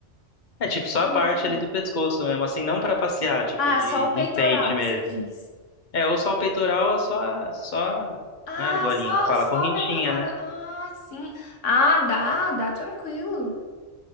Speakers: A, on the left; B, on the left.
A: É tipo só
B: Bem
A: a parte
B: que dá.
A: ali do pescoço mesmo, assim, não pra passear, tipo
B: Ah,
A: de,
B: só o peitoral
A: de enfeite
B: que
A: mesmo.
B: você diz.
A: É, ou só o peitoral, ou só, a- só a
B: Ah,
A: a argolinha,
B: só,
A: que fala
B: só
A: a correntinha,
B: o negócio.
A: né?
B: Ah, sim. Ah, dá, dá tranquilo.